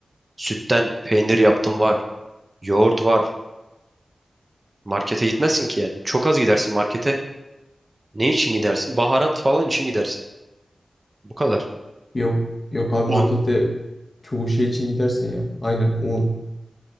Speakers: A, on the right; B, on the left.
A: Sütten peynir yaptım var. Yoğurt var. Markete gitmezsin ki yani. Çok az gidersin markete. Ne için gidersin? Baharat falan için gidersin. Bu kadar.
B: Yok. Yok abi markette
A: Un.
B: çoğu şey için gidersin ya. Aynen un.